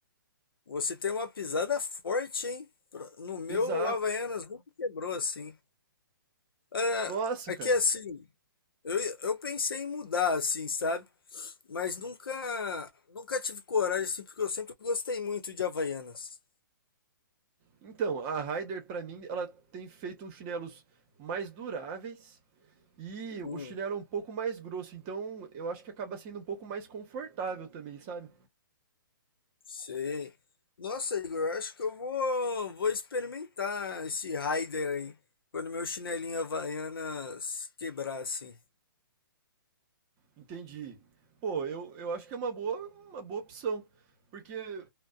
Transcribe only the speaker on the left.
você tem uma pisada forte, hein? Pro- No meu
Havaianas nunca quebrou assim. Ah,
aqui
assim, eu, eu pensei em mudar assim, sabe? Mas nunca, nunca tive coragem assim, porque eu sempre gostei muito de Havaianas.
Hum.
Sei. Nossa, Igor, eu acho que eu vou, vou experimentar esse Raider aí. Quando meu chinelinho Havaianas quebrar, assim.